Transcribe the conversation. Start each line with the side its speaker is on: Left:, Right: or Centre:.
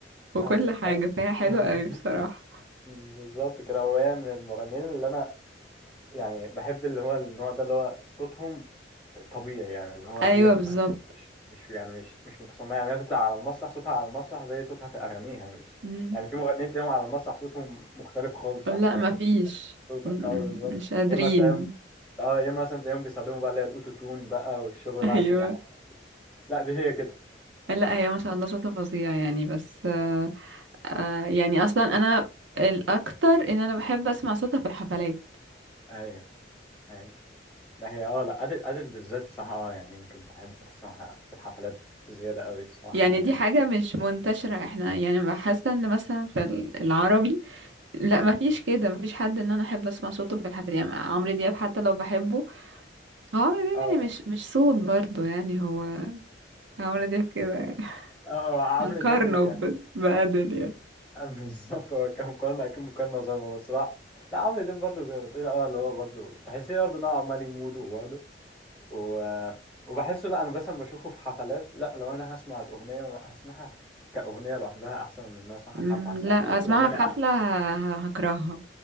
Right: وكل
Centre: ايوه
Right: حاجة
Centre: ايوه
Right: فهي حلوة
Centre: <laughs>
Right: قوي بصراحة
Centre: بالظبط كده هو هي من المغنيين اللي انا يعني بحب اللي هو النوع ده اللي هو صوتهم طبيعي يعني اللي هو
Right: ايوه
Centre: هي صوتها
Right: بالظبط
Centre: مش مش يعني مش مش متصنعه يعني هي تطلع على المسرح صوتها على المسرح زي صوتها في اغانيها مش
Right: امم
Centre: يعني في مغنيين تلاقيهم على المسرح صوتهم مختلف خالص
Right: لا
Centre: عن اغاني
Right: مفيش
Centre: صوتك
Right: امم،
Centre: اه بالظبط
Right: مش قادرين
Centre: يا اما تلاقيهم اه يا اما مثلا تلاقيهم بيستخدموا بقى اللي هي الاوتو تون بقى والشغل
Right: ايوه
Centre: ده عشان يحس لا دي هي كده
Right: لا هي ما شاء الله شاطرة فظيعة يعني بس آه آه يعني اصلا انا الاكتر ان انا بحب اسمع صوتها في الحفلات
Centre: ايوه ايوه ما هي اه لا أدل أدل بالذات الصراحة اه يعني يمكن بحب أسمعها في الحفلات زيادة قوي الصراحة
Right: يعني
Centre: يعني
Right: دي
Centre: الم-
Right: حاجة مش منتشرة احنا يعني بحس ان مثلا في ال- العربي لا ما فيش
Centre: اه
Right: كده ما فيش حد ان انا احب اسمع صوته في الحفلات يعني عمرو دياب حتى لو بحبه هو عمرو دياب
Centre: اه
Right: يعني مش مش صوت برضه يعني هو عمرو دياب كده يعني <laughs>
Centre: اه آه، عمرو
Right: هنقارنه
Centre: دياب يمكن
Right: ب- بأدل يعني
Centre: <laughs> بالظبط هو كان مقارنة أكيد مقارنة ظالمة بس لا لا عمرو دياب برضه زي ما بتقول اه اللي هو برضه تحسيه برضه إن هو عمال يموده برضه و... وبحسه لا أنا مثلا بشوفه في حفلات لا لو أنا هسمع الأغنية هسمعها في... كأغنية لوحدها أحسن من إن أنا أسمعها
Right: أمم،
Centre: في حفلة حاسس
Right: لا
Centre: يعني صوت
Right: اسمعها
Centre: الأغاني
Right: في حفلة
Centre: أحسن
Right: ه- هكرهها